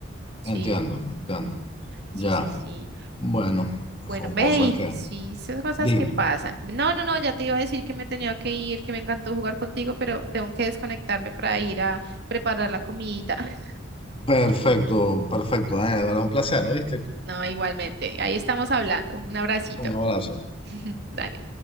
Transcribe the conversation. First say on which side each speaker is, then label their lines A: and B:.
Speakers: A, on the right (about 55°); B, on the left (about 30°).
A: Sí,
B: entiendo, entiendo.
A: sí,
B: Ya,
A: sí, sí.
B: bueno,
A: Bueno,
B: son
A: ve,
B: cosas
A: y
B: que...
A: sí, esas cosas
B: Dime.
A: que pasan. No, no, no, ya te iba a decir que me tenía que ir, que me encantó jugar contigo, pero tengo que desconectarme para ir a preparar la comidita. <laughs>
B: Perfecto, perfecto. eh, de verdad, un placer, ¿viste?
A: No, igualmente. Ahí estamos hablando. Un abracito.
B: Un abrazo.
A: <laughs> Dale.